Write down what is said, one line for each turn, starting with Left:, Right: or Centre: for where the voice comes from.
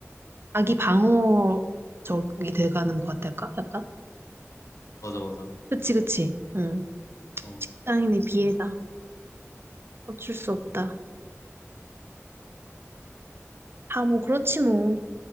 Right: 자기 방어적이 돼가는 것 같달까? 약간?
Left: 맞아, 맞아.
Right: 그치, 그치. 응.
Left: 어,
Right: 직장인의 비애다. 어쩔 수 없다. 다 뭐 그렇지 뭐.